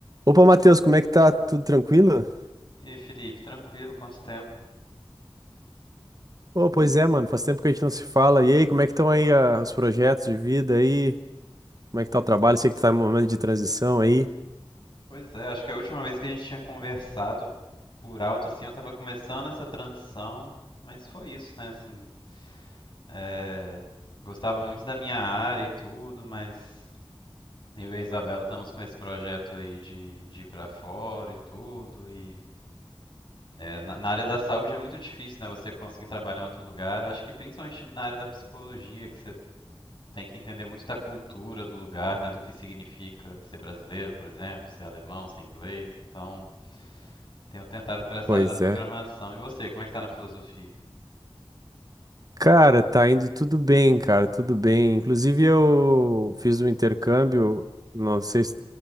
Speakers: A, on the right; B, on the left.
A: Opa, Matheus, como é que tá? Tudo tranquilo?
B: E aí, Felipe, tranquilo, quanto tempo?
A: Pô, pois é, mano, faz tempo que a gente não se fala. E aí, como é que estão aí ah, os projetos de vida aí? Como é que tá o trabalho? Sei que tu tá em um momento de transição aí.
B: Pois é, acho que a última vez que a gente tinha conversado por alto, assim, eu tava começando essa transição, mas foi isso, né, assim, é, gostava muito da minha área e tudo, mas eu e a Isabela estamos com esse projeto aí de, de ir pra fora e tudo, e é, na, na área da saúde é muito difícil, né, você conseguir trabalhar em outro lugar, acho que principalmente na área da psicologia, que Tem que entender muito da cultura do lugar, né? Do que significa ser brasileiro, por exemplo, ser alemão, ser inglês. Então, tenho tentado ir para essa
A: Pois
B: área da programação.
A: é.
B: E você, como é que tá na filosofia?
A: Cara, tá indo tudo bem, cara, tudo bem. Inclusive, eu fiz um intercâmbio, não sei se,